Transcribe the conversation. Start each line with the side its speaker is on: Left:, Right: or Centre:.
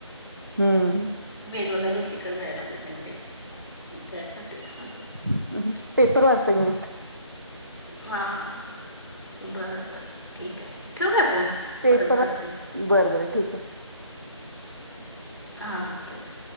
Right: हम्म.
Left: वेगळं काय दुसरीकड जायला लागत नाही म्हणजे त्यासाठी असं.
Right: हम्म पेपर वाचताय की नाही?
Left: हां बरं बरं ठीक आहे. ठेऊ काय फोन?
Right: पेपर
Left: परत करते
Right: बर बर ठीक आहे.
Left: हां हां ओके ओके.